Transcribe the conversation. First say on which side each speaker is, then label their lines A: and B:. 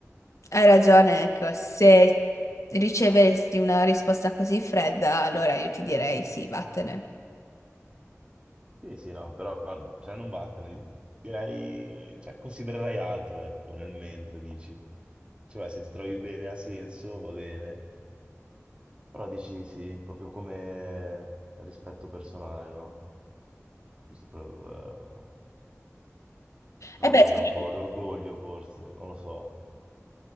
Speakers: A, on the left; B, on the right.
A: hai ragione, ecco, se riceveresti una risposta così fredda, allora io ti direi sì, vattene.
B: Sì, sì, no, però cioè, non vattene. di- Direi, cioè, considererai altro, ecco, nel mentre dici. Cioè, se ti trovi bene ha senso, va bene. Però dici sì, proprio come rispetto personale, no? Giusto per, eh, per
A: E
B: una
A: beh,
B: cosa
A: sì.
B: un po' d'orgoglio, forse, non lo so.